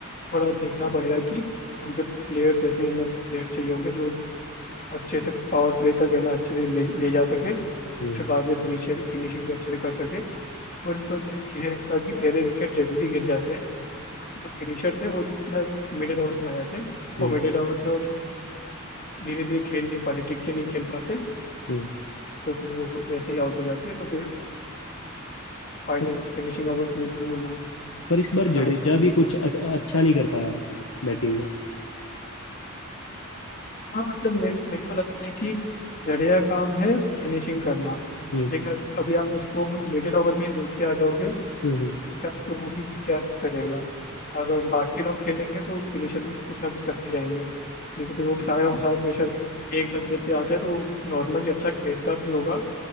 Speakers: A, on the left; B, on the left.
A: थोड़ा देखना पड़ेगा कि उनके प्लेयर्स ऐसे इन उनको प्लेयर्स चाहिए होंगे जो अच्छे से पावर प्ले तक है ना अच्छे से ले, ले जा सके
B: हम्म
A: फिर बाद में फिनिशर फिनिशिंग भी अच्छे से कर सके और तो ये भी है इनका कि पहले विकेट जल्दी गिर जाते हैं जो फिनिशर्स है वो ना मिडिल ओवर्स में आ जाते हैं और
B: हम्म
A: मिडिल ओवर्स में वो धीरे धीरे खेल नहीं पाते टिक के नहीं खेल पाते
B: हम्म
A: तो फिर वो वैसे ही आउट हो जाते हैं तो फिर फाइनल
B: पर, इस
A: फिनिशिंग ओवर्स में भी वो ना
B: पर
A: नुकसान
B: इस बार जडेजा
A: होता है फिर
B: भी
A: उनको
B: कुछ अ- अच्छा नहीं कर पाया बैटिंग में
A: हाँ मतलब मे, मेरे को लगता है कि जडेजा का काम है फिनिशिंग करना
B: हम्म
A: लेकिन अग- अभी आप उसको मिडिल ओवर में लेके आ जाओगे
B: हम्म
A: बाई
B: हम्म।
A: चांस से वो भी क्या करेगा अगर बाकी लोग खेलेंगे तो फिनिशर भी कुछ ना कुछ करके जाएंगे नहीं तो फिर वो सारा का सारा प्रेशर एक बंदे पे आता है तो नॉर्मली अच्छा खेलता भी होगा